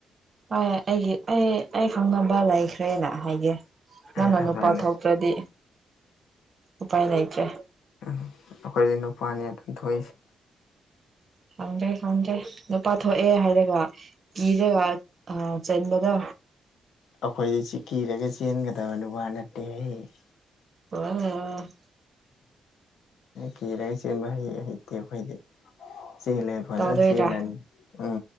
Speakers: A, on the right; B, on the left.
A: ꯍꯣꯏ ꯑꯩꯒꯤ ꯑꯩ ꯑꯩ ꯈꯪꯅꯕ ꯂꯩꯈ꯭ꯔꯦꯅ ꯍꯥꯏꯒꯦ
B: ꯑꯗꯨꯃꯥꯏꯅ
A: ꯅꯪꯅ ꯅꯨꯄꯥ ꯊꯣꯛ ꯅꯠꯇ꯭ꯔꯗꯤ ꯎꯄꯥꯏ ꯂꯩꯇ꯭ꯔꯦ
B: ꯎꯝ ꯑꯩꯈꯣꯏꯗꯤ ꯅꯨꯄꯥꯅꯦ ꯑꯗꯨꯝ ꯊꯣꯛꯏꯁꯦ
A: <unintelligible> ꯅꯨꯄꯥ ꯊꯣꯛꯑꯦ ꯍꯥꯏꯔꯒ ꯀꯤꯔꯒ ꯆꯦꯟꯕꯗꯣ
B: ꯑꯩꯈꯣꯏꯗꯤ ꯆꯤ-ꯀꯤꯔꯒ ꯆꯦꯟꯒꯗꯕ ꯅꯨꯄꯥ ꯅꯠꯇꯦꯍꯦ ꯫
A: ꯑ
B: ꯀꯤꯔꯒ ꯆꯦꯟꯕ ꯍꯩ ꯍꯩꯇꯦ ꯑꯩꯈꯣꯏꯗꯤ ꯆꯦꯜꯂꯦ ꯐꯖꯅ
A: ꯇꯧꯗꯣꯏꯔꯥ
B: ꯆꯦꯜꯂꯅꯤ ꯎꯝ